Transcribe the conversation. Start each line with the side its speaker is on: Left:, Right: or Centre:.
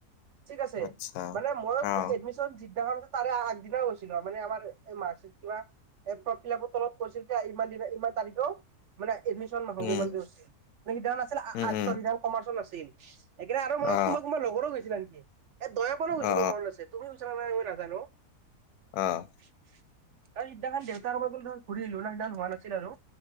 Right: ঠিক আছে,
Left: আচ্ছা
Right: মানে মই
Left: অ
Right: এডমিশ্যন যিদিনাখন আছে তাৰে আগদিনা গৈছিল মানে আমাৰ মাত কিবা এ ফৰ্ম ফিলআপৰ তলত কৈছিল যে, ইমান দিনা ইমান তাৰিখে মানে এডমিশন নহ'ব
Left: উম
Right: মানে কৈছিল। সেইদিনাখন আছিল আৰ্টছৰ
Left: উম উম
Right: কমাৰ্চৰ নাছিল সেইকাৰণে, আৰু মোৰ লগত
Left: অ
Right: কোনোবা কোনোবা লগৰো গৈছিল আনকি। এ দয়াকনো গৈছিল
Left: অ
Right: মোৰ মনত আছে তুমি গৈছা নে নাই মই নাজানো।
Left: অ'।
Right: আৰু সিদিনাখন দেউতা আৰু মই গ'লো ঘূৰি আহলো ন' সিদিনা হোৱা নাছিল আৰু